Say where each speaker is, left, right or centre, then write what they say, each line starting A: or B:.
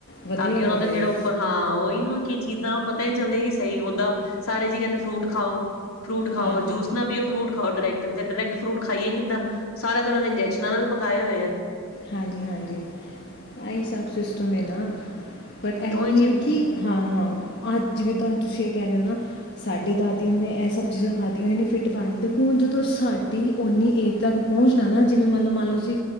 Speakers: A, on the left; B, on the left.
A: ਵਧੀਆ
B: ਤਾਂ ਕਿ
A: ਕਰਦੇ
B: ਉਹਨਾਂ ਦਾ ਜਿਹੜਾ
A: ਹੋ
B: ਉੱਪਰ ਹਾਂ ਉਹਹੀ ਨਾ ਕੀ ਚੀਜ਼ਾਂ ਪਤਾ ਨੀ ਚੱਲਦੀਆਂ ਕਿ ਸਹੀ ਹੁੰਦਾ ਸਾਰੇ ਜੀ ਕਹਿੰਦੇ ਫਰੂਟ ਖਾਓ ਫਰੂਟ ਖਾਓੂਸ
A: ਹਾਂਜੀ
B: ਨਾ ਬੀ ਫੂ ਖਾਓ ਡਰੇਕਟ ਤੇ ਡਾਇਰੈਕਟ ਫਰੂਟ ਖਾਈਏ ਕਿੱਦਾਂ ਸਾਰਾ ਤਾਂ ਉਹਨਾ ਨੇ ਇੰਜੈਕਸ਼ਨਾਂ ਨਾਲ ਪਕਾਏ ਹੋਏ ਹੈ
A: ਹਾਂਜੀ ਹਾਂਜੀ ਆਹੀ ਸਭ ਸਿਸਟਮ ਹੈ ਨਾ ਬਟ ਇਹੀ
B: ਉਹੀ ਚੀਜ਼
A: ਹੈ ਕਿ ਹਾਂ ਹਾਂ ਅ ਜਿਵੇਂ ਤੁਹਾਨੂੰ ਤੁਸੀਂ ਕਹਿ ਰਹੇ ਹੋ ਨਾ ਸਾਡੇ ਦਾਦੀਆਂ ਨੇ ਇਹ ਸਭ ਚੀਜ਼ਾਂ ਖਾਧੀਆਂ ਨੇ ਫਿੱਟ ਪਾ ਦੇਖੋ ਹੁਣ ਜਦੋਂ ਸਾਡੀ ਉਓਨੀ ਏਜ ਤੱਕ ਪਹੁੰਚਣਾ ਨਾ ਜਿਵੇਂ ਮਨਲਬ ਮੰਨ ਲਓ ਜੀ